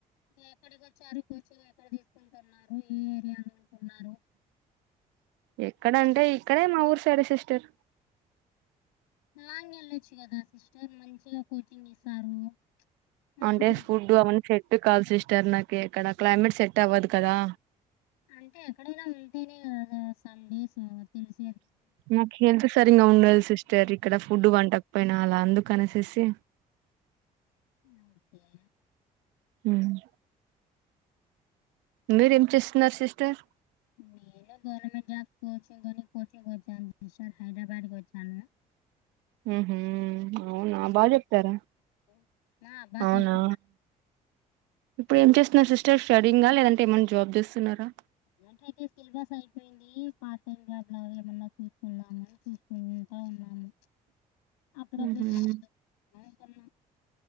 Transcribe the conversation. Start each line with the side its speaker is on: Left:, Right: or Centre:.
Left: ఎక్కడికి వచ్చారు కోచింగ్ ఎక్కడ తీసుకుంటున్నారు ఏ ఏరియాలో ఉంటున్నారు?
Right: ఎక్కడంటే ఇక్కడే మా ఊరు సైడే సిస్టర్
Left: లాంగ్ వెళ్ళొచ్చు కదా సిస్టర్ మంచిగా కోచింగ్ ఇస్తారు మంచిగుంట
Right: అంటే ఫుడ్ అవన్న సెట్ కాలి సిస్టర్ నాకి ఎక్కడ క్లైమేట్ సెట్ అవ్వదు కదా
Left: అంటే ఎక్కడైనా ఉంటేనే కదా సమ్ డేస్ తెలిస్
Right: నాకు హెల్త్ సరింగా ఉండదు సిస్టర్ ఇక్కడ ఫుడ్ వంట కపోయినా అలా అందుకు అనేసేసి
Left: మ్ ఓకే
Right: ఉమ్ మీరేం చేస్తున్నారు సిస్టర్
Left: నేను గవర్నమెంట్ జాబ్స్ కోచింగ్ అని కోచింగొచ్ చాను సిస్టర్ హైదరాబాద్ కి వచ్చాను
Right: ఉహు, అవునా బాగా చెప్తారా
Left: <inaudible> నా బా
Right: అవునా
Left: చెప్పున్న
Right: ఇప్పుడు ఏం చేస్తున్నారు సిస్టర్ స్టడీంగా లేదంటే ఏమైనా జాబ్ చేస్తున్నారా
Left: ఏంటంటే సిలబస్ అయిపోయింది పార్ట్ టైమ్ జాబ్ లాగా ఏమన్నా చూసుకుందాము చూస్ స్తా ఉన్నాము అప్పుడప్పుడున్నా
Right: ఉహు.
Left: అనుకున్న